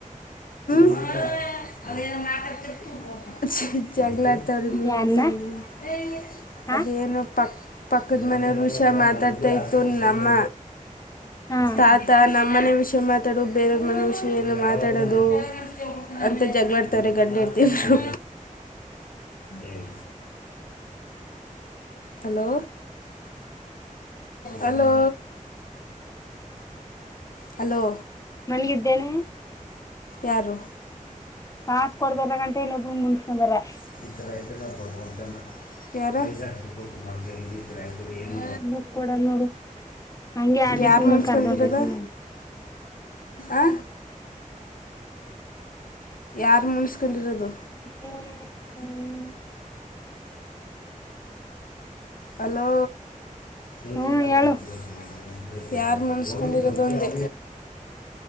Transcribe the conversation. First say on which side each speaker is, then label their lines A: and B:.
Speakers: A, on the left; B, on the left.
A: <unintelligible> ಜಗಳ ಆಡ್ತವ್ರೇ ನಿಮ್ಮಪ್ಪ
B: ಯಾನ್ನ
A: ನಿಮ್ ಅಮ್ಮ
B: ಹ
A: ಅದೇನೋ ಪ್ ಪಕ್ಕದ ಮನೆಯವರು ವಿಷ ಮಾತಾಡ್ತಾ ಇತ್ತು ನೀನಮ್ಮ
B: ಹಾ
A: ತಾತ ನಮ್ ಮನೆ ವಿಷಯ ಮಾತಾಡು ಬೇರೆ ಅವರ್ ಮನೆ ವಿಷಯ ಯ ಮಾತಾಡೋದು ಅಂತ ಜಗಳಾಡ್ತವ್ರೆ ಗಂಡಹೆಂಡ್ತೀರು ಎ <unintelligible> ಹಲೋ ಹಲೋ ಹಲೋ.
B: ಮಾನ್ಗಿದ್ದೇನೆ.
A: ಯಾರು.
B: ಕಾಸ ಕೊಡ್ದ್ರ ಗಂಟ ಇನ್ನೊಬ್ರು ಮುನ್ಸ್ಕಂಡ್ವರೆ.
A: <unintelligible> ಯಾರು. ಗೊತ್ತು <unintelligible> ಐಯ್.
B: ದುಡ್ಡು ಕೊಡಲ್ ನೋಡು ಹಂಗೆ ಆಡಿ
A: ಯಾರ್
B: ಸುಮ್ನೆ
A: ಮುನ್ಸ್ಕೊಂಡಿರದ
B: ಕರ್ದೊಂಟೈತಿ
A: ಆ. ಯಾರ್ ಮುನ್ಸ್ಕೊಂಡಿರೋದು.
B: ಹ್ಮ್
A: ಹಲೋ <unintelligible>
B: ಹ್ಮ್ ಹೇಳು
A: ಯಾರ್ ಮುನ್ಸ್ಕೊಂಡಿರೋದು ಅಂದೆ.